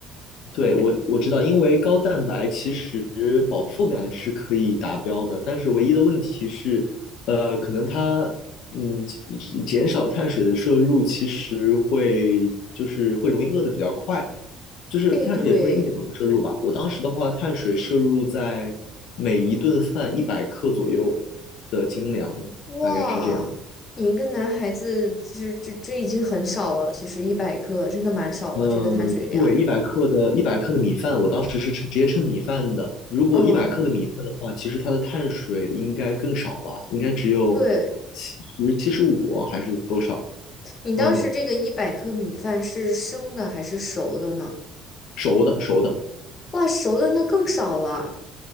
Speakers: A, on the left (about 70°); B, on the left (about 30°).
A: 对，我我知道，因为高蛋白其实饱腹感是可以达标的，但是唯一的问题是，呃，可能它嗯减减少碳水的摄入，其实会就是会容易饿得比较快，就是碳水也不能一点都不摄入吧。
B: 哎，对，
A: 我当时的话，碳水摄入在每一顿饭一百克左右的精粮，
B: 哇，
A: 大概是这样。子。
B: 你一个男孩子，这这这已经很少了，其实一百克真的蛮少了，
A: 嗯，
B: 这个碳水量。
A: 对，一百克的一百克的米饭，我当时是称直接称米饭的。如果一百克的米饭的话，
B: 嗯，
A: 其实它的碳水应该更少吧，应该只有七十七十五还是多少？
B: 对，你当时这个一百克米饭是生的还是熟的呢？
A: 嗯，熟的熟的，
B: 哇，熟的那更少了。